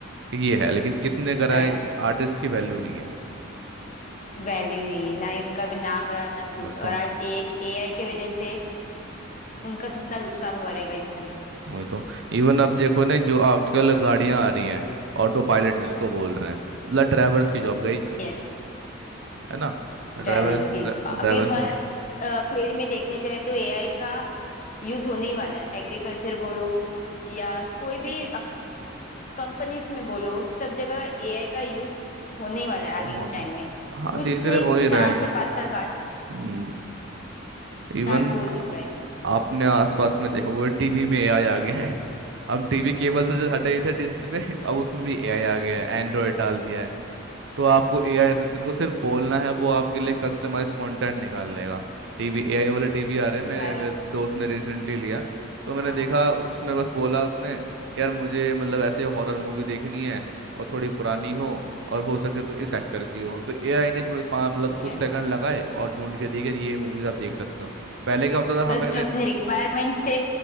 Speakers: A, on the right; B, on the left.
A: कि ये है लेकिन किसने करा
B: राइट
A: है आर्टिस्ट की वैल्यू नहीं है
B: वैल्यू नहीं है ना ही उनका भी नाम रहा ना कुछ
A: वही
B: और
A: तो
B: आज एक एआई के वजह से उनका कितना नुकसान हुआ रहेगा इस समय
A: वही तो इवन अब देखो ना जो आजकल गाड़ियां आ रही हैं ऑटो पायलट जिसको बोल रहे हैं मतलब ड्राइवर्स की जॉब गई
B: यस
A: है ना
B: ड्राइवर्स
A: Drivers
B: की
A: drivers
B: अभी हर अ, फील्ड में देखने जाए तो एआई का यूज होने ही वाला है एग्रीकल्चर बोलो या कोई भी कंपनीज में बोलो सब जगह एआई का यूज होने ही वाला है
A: माहौल
B: आगे के टाइम में
A: हाँ
B: कुछ
A: धीरे धीरे
B: नहीं
A: हो ही रहा
B: चार
A: है
B: से पांच साल बाद
A: हम्म
B: स्टार्ट
A: इवन
B: हो चुका है
A: आपने आसपास में देखोगे टीवी में एआई आ गया है हम टीवी केबल से जो हटे ही थे डिश पे अब उसमें भी एआई आ गया है एंड्रॉयड डाल दिया है तो आपको एआई असिस्टेंट को सिर्फ बोलना है वो आपके लिए कस्टमाइज कंटेंट निकाल लेगा टीवी एआई वाले टीवी आ रहे हैं मेरे
B: राइट
A: मेरे दोस्त ने रिसेंटली लिया तो मैंने
B: हाँ
A: देखा उसमें बस बोला उसने कि यार मुझे मतलब ऐसे हॉरर मूवी देखनी है और थोड़ी पुरानी हो और हो सके तो इस एक्टर की हो तो एआई ने थोड़ी पा- मतलब
B: यस।
A: कुछ सेकंड लगाए और ढूंढ के दी कि ये मूवीज आप देख सकते हो पहले क्या होता था
B: बस
A: हमें
B: जो
A: रे-
B: अपने रिक्वायरमेंट से